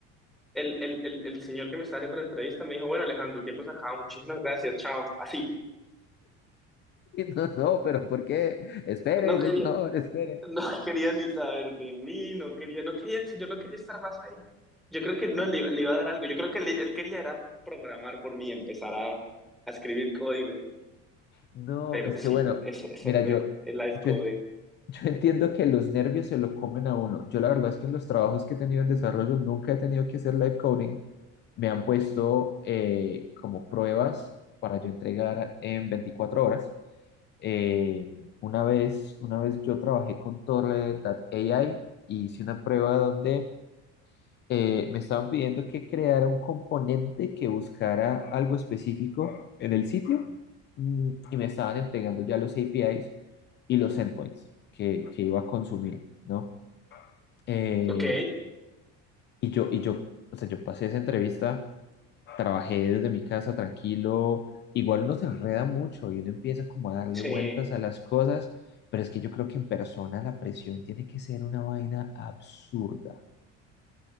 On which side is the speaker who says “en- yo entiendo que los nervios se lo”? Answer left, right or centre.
Left